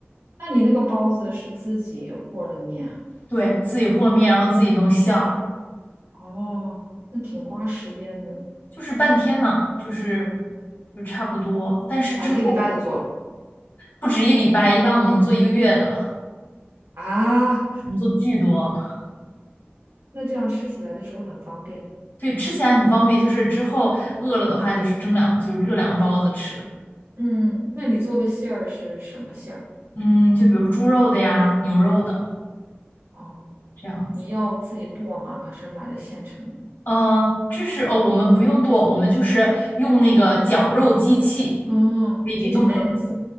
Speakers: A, on the right; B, on the left.
A: 那你那个包子是自己和的面啊
B: 对，自己和面，然后自己弄馅儿，
A: 哦，那挺花时间的。
B: 就是半天嘛，就是
A: 嗯，
B: 就差不多。但是之后
A: 把一个礼拜都做了
B: 不止一礼拜，一般我们能做一个月的，
A: 啊，
B: 我们做巨多。
A: 那这样吃起来的时候很方便。
B: 对，吃起来很方便，就是之后饿了的话，就是蒸两个，就热两个包子吃。
A: 嗯，那你做的馅儿是什么馅儿？
B: 嗯，就比如说猪肉的呀，牛肉的
A: 哦，
B: 这样子。
A: 你要自己剁吗？还是买的现成的？
B: 呃，这是哦，我们不用剁，我们就是用那个绞肉机器，
A: 哦
B: 可以给弄上很碎，
A: k i t